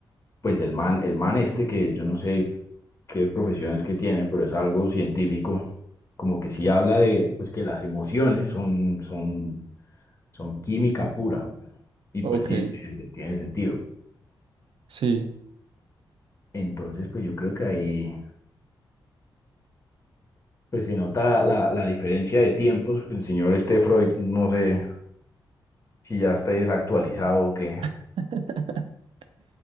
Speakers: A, on the left; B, on the right.
A: pues el man, el man este, que yo no sé qué profesiones que tiene, pero es algo científico, como que sí habla de, pues que las emociones son, son son química pura. Y
B: Ok,
A: pues sí, tiene, tiene sentido.
B: sí.
A: Entonces, pues yo creo que ahí pues se nota la, la, la diferencia de tiempos. El señor este Freud, no sé si ya está desactualizado o qué,
B: <laughs>